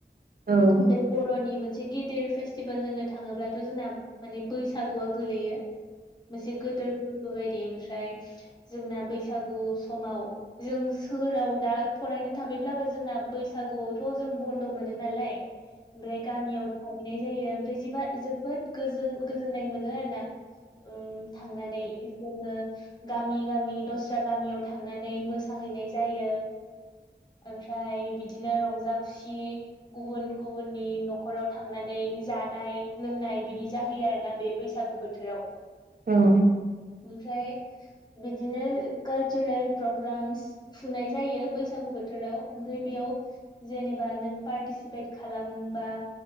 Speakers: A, on the right; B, on the left.
A: औ
B: ओमफ्राय बर'नि मोनसे गिदिर फेस्टिभेल होननो थाङोब्लाथ' जोंना माने बैसागुआ गोलैयो। मोनसे गोदोर फोरबो बायदि ओमफ्राय जोंना बैसागु समाव जों सोहोराव दा फरायनो थाफैब्लाबो जोंना बैसागुआवथ' जों बन्द' मोनो नालाय
A: <inaudible>
B: ओमफ्राय गामियाव थाहैनाय जायो ओमफ्रायबा जोबोद गोजोननाय मोनो आरो ना। उम थांनानै जोङो गामि गामि दस्रा गामियाव थांनानै मोसाहैनाय जायो। ओमफ्राय बिदिनो रंजा खुसि गुबुन गुबुननि न'खराव थांनानै जानाय लोंनाय बिदि जाहैयो आरोना बे बैसागु बोथोराव
A: औ
B: ओमफ्राय बिदिनो कालचारेल प्रग्रामस फुनाय जायो बैसागु बोथोराव ओमफ्राय बेयाव जेनेबा नों पार्टिसिपेट खालामबा